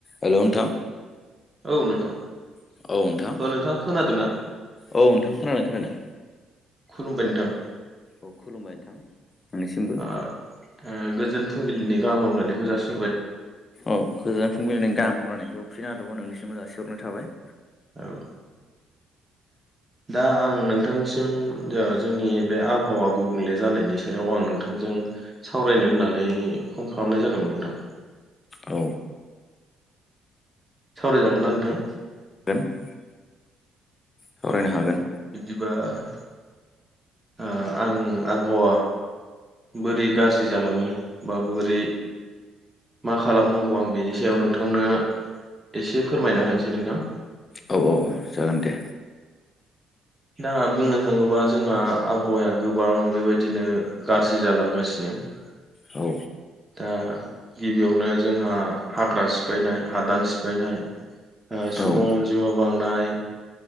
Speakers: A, on the left; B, on the right.
A: हेल' नोंथां
B: औ नोंथां
A: औ नोंथां
B: औ नोंथाङा खोनादोंना
A: औ नोंथां खोनादों खोनादों
B: खुलुमबाय नोंथां
A: औ खुलुमबाय नोंथां नोंनिसिमबो
B: ओ गोजोन फुंबिलिनि गाहाम हामलायनायखौ जासि
A: औ गोजोन फुंबिलिनि गाहाम हामलायनायखौ फिनो नागादोंबाव नोंनिसिमबो जासिहरनाय थाबाय
B: औ दा आं नोंथांसिम जोंनि बे आबहावा गुबुंले जानायनि सायाव आं नोंथांजों सावरायनो होननानै फन खालामनाय जादोंमोन नोंथां
A: औ
B: सावरायजागोन ना नोंथां
A: <unintelligible> <inaudible> सावरायनो
B: अ
A: हागोन
B: बिदिबा ओ आं आबहावा बोरै गाज्रि जालाङो बा बोरै मा खालामनांगौ आं बेनि सायाव नोंथांनो एसे फोरमायना होनोसै नोंथां
A: औ औ औ जागोन दे
B: दा बुंनो थाङोबा जोंहा आबहावाया गोबां बेबायदिनो गाज्रि जालांगासिनो <unintelligible> <inaudible>
A: औ
B: दा गिबियावनो जोंहा हाग्रा सिफायनाय हादान सिफायनाय ओ सुबुं
A: औ औ
B: अनजिमा बांनाय